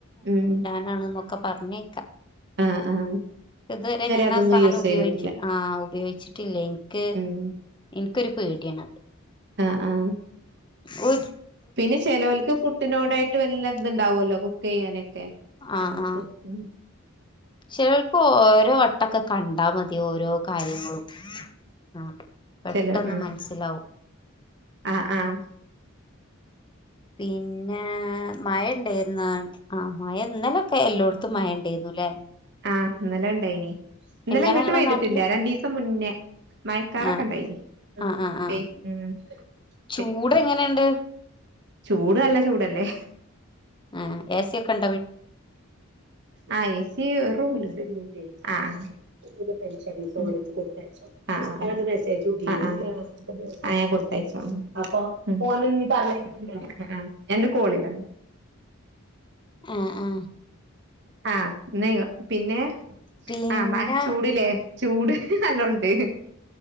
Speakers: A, on the right; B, on the left.
A: ഉം
B: ആണെന്നൊക്കെ പറഞ്ഞേക്കാ
A: ആഹ് ആഹ്
B: ഇതുവരെ ഞാൻ
A: അതൊന്നും
B: ആ സാനം
A: യൂസ്
B: ഉപയോഗിച്ചി
A: ചെയ്തിട്ടില്ല
B: ആ ഉപയോഗിച്ചിട്ടില്ല ഇൻക്ക്
A: ഉം
B: ഇൻക്കൊരു പേടിയാണത്
A: ആഹ് ആഹ്
B: ഉര്
A: പിന്നെ ചിലോല് ക്ക് ഫുഡിനോടായിട്ട് വല്ലതുണ്ടാവുമല്ലോ കുക്ക് ചെയ്യാനൊക്കെ
B: ആഹ്
A: അങ്ങനത്തെ
B: ആഹ്
A: ഉ
B: ചിലർക്ക് ഓരോ വട്ടമൊക്കെ കണ്ടാൽ മതി ഓരോ കാര്യങ്ങളും. ആഹ് പെട്ടെന്ന്
A: ചല ര് ഉ
B: മനസ്സിലാവും
A: ആഹ ആഹ്
B: പിന്നെ മഴ ഉണ്ടായിുന്നോ? ആമഴ ഇ ന്നാലൊക്കെ എല്ലായിടത്തും മഴ ഉണ്ടന്നു അല്ലെ
A: ആഹ് ഇന്നലെ ഇണ്ട യിനിം ഇന്നലെ
B: എങ്ങനെ
A: ഇങ്ങോട്ട്
B: നിങ്ങളെ
A: പെയ്തിട്ടില്ല
B: നാട്ടില്
A: രണ്ടു ദിവസം മുന്നേ മഴ ക്കാറൊക്കെ
B: ആ
A: ഇണ്ടായിനി <unintelligible>
B: ആ ആ ആ ചൂട് എങ്ങനെയുണ്ട്
A: ചൂട ന ല്ല ചൂടല്ലേ
B: ആ ഏസി ഒക്കെ ണ്ടോ?
A: ആ എ സസി ഒരു റൂമിലുണ്ട്. ആ ട്ടിന്റെ പരീക്ഷ വിീസ കൊടുത്തായച്ചോ? മെസ്സേജ് വിട്ടിരുന്നു ആ ഞാൻ കൊടുത്തയച്ചോ അപ്പ ഒ ന് ഞ് പറ ആഹ എനന്ത് കോളില്ല
B: ആ ആ
A: ആ എന്ന പിന്നെ
B: പിന്നെ
A: ആഹ് മ ഴ ചൂടല്ലേ ചൂട് നല്ലോം ഉണ്ട്